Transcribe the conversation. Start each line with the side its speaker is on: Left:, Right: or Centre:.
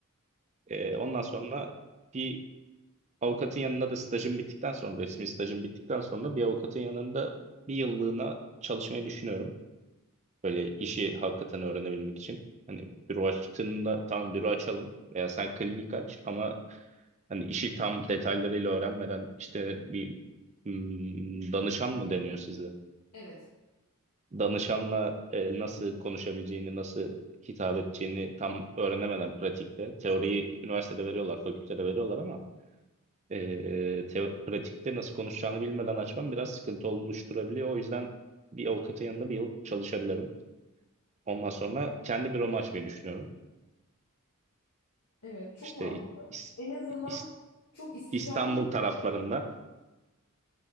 Right: E, ondan sonra bir avukatın yanında da stajım bittikten sonra resmi stajım bittikten sonra bir avukatın yanında bir yıllığına çalışmayı düşünüyorum. Böyle işi hakikaten öğrenebilmek için. Hani büro açtığında tamam büro açalım veya sen klinik aç ama hani işi tam detaylarıyla öğrenmeden işte bir hmm, danışan mı deniyor size?
Left: Evet.
Right: Danışanla e, nasıl konuşabileceğini, nasıl hitap edeceğini tam öğrenemeden pratikte. Teoriyi üniversitede veriyorlar, fakültede veriyorlar ama e, teo- pratikte nasıl konuşacağını bilmeden açmam biraz sıkıntı oluşturabiliyor. O yüzden bir avukatın yanında bir yıl çalışabilirim. Ondan sonra kendi bir açmayı düşünüyorum.
Left: Evet, çok
Right: İşte
Left: mantıklı.
Right: İ- İs-
Left: En azından
Right: İs-
Left: çok istikrarlı
Right: İstanbul
Left: bir
Right: taraflarında
Left: şey.